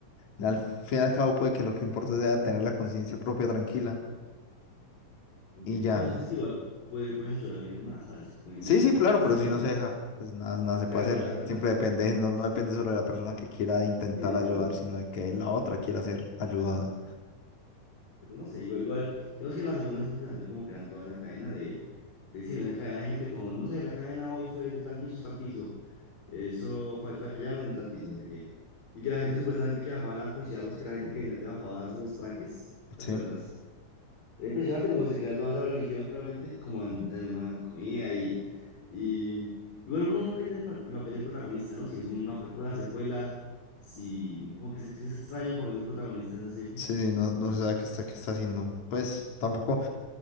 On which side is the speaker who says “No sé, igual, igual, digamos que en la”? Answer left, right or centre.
Left